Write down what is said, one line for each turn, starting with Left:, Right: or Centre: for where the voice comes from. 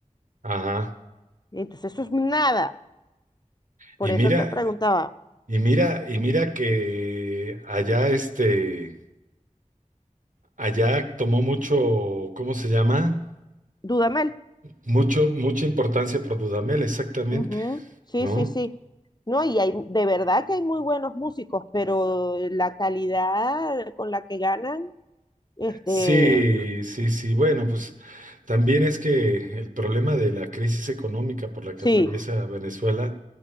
Right: ajá.
Left: Entonces eso es nada. Por
Right: Y mira,
Left: eso te preguntaba,
Right: Y mira, y mira que allá este, allá tomó mucho, ¿cómo se llama?
Left: Dudamel.
Right: Mucho, mucha importancia por Dudamel, exactamente,
Left: Ujú, Sí,
Right: ¿no?
Left: sí, sí. No, y hay, de verdad que hay muy buenos músicos, pero la calidad con la que ganan, este,
Right: Sí, sí, sí. Bueno, pues también es que el problema de la crisis económica por la que
Left: sí,
Right: atraviesa Venezuela,